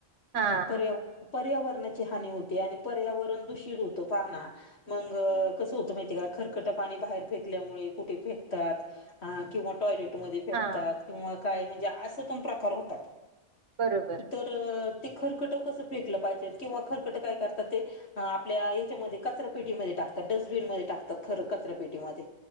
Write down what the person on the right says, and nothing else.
हा
हा
बरोबर